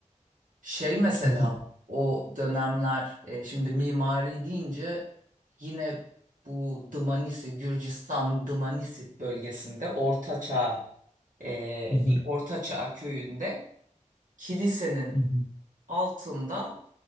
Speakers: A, on the right (about 80°); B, on the left (about 45°).
A: Şey mesela
B: Mhm,
A: o dönemler e, şimdi mimari deyince yine bu Dımanisi, Gürcistan Dımanisi bölgesinde Orta e,
B: mhm,
A: bir Orta köyünde kilisenin
B: mhm.
A: altında